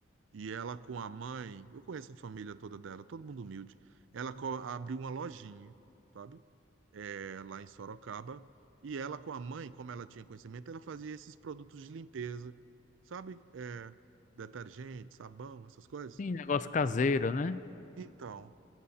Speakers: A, on the right; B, on the left.
A: E ela com a mãe, eu conheço a família toda dela, todo mundo humilde. Ela co- abriu uma lojinha, sabe? É, lá em Sorocaba. E ela com a mãe, como ela tinha conhecimento, ela fazia esses produtos de limpeza, sabe? É, detergente, sabão, essas coisas.
B: Sim, negócio caseiro, né?
A: Então,